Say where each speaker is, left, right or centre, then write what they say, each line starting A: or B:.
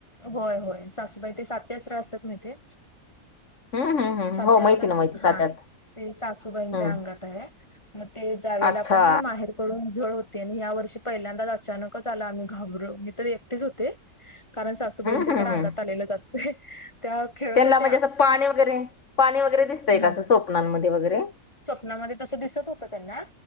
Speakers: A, on the left; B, on the left.
A: होय होय, सासूबाई ते सातीआसरं असतात ना तेे.
B: हम्म हम्म हम्म
A: सातीआसरं
B: हो माहिती ना माहिती
A: हा.
B: साध्यात
A: ते सासूबाईंच्या
B: हम्म
A: अंगात आहे, मग ते जावेला
B: अच्छा
A: पण माहेर करून जळ होते, आणि ह्या वर्षी पहिल्यांदाच अचानकच आला आम्ही घाबर मी तर एकटीच होते. कारण सासूबाईंच्या
B: हम्म हम्म
A: तर अंगात
B: हम्म
A: आलेलेच असतंय, त्या खेळत
B: त्यांना
A: होत्या.
B: म्हणजे असं पाणी वगैरे पाणी वगैरे दिसतंय
A: हा,
B: का असं स्वप्नांमध्ये वगैरे
A: स्वप्नामध्ये तसं दिसत होतं त्यांना.